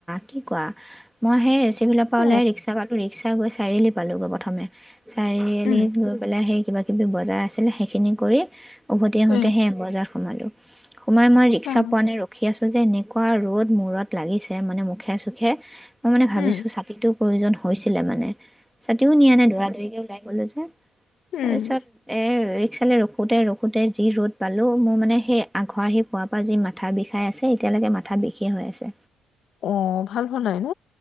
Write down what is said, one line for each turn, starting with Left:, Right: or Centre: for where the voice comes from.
Centre: কি কোৱা মই সেই চিভিলৰ পৰা
Left: অ
Centre: উলাই ৰিক্সাৰ ভাড়া‌টো ৰিক্স <unintelligible> গৈ চাৰিআলি পালোগৈ প্ৰথমে। চাৰিআলিত
Left: উম
Centre: গৈ পেলাই সেই কিবা বজাৰ আছিলে সেইখিনি কৰি উভতি আহোঁতেহে
Left: উম
Centre: বজাৰ সোমালোঁ সোমাই মই ৰিক্সা
Left: উম
Centre: পোৱােনাই‌ ৰখী আছো যে এনেকুৱা ৰ'দ মূৰত লাগিছে মানে মুখে চুখে মই মানে ভাবিছো
Left: উম
Centre: চাকিটোক প্ৰয়োজন হৈছিলে মানে ছাতিও নিয়া নাই দৌৰা দৌৰিকে ওলাই গলো যে
Left: উম
Centre: তাৰপিছত এ এক চালে ৰখোতে ৰখোতে যি ৰ'দ পালো মোৰ মানে সেই ঘৰ সি পুৱা পৰা যি মাথা বিষাই আছে এতিয়ালৈকে মাথা বিষে হৈ আছে
Left: অ ভাল হোৱা নাই ন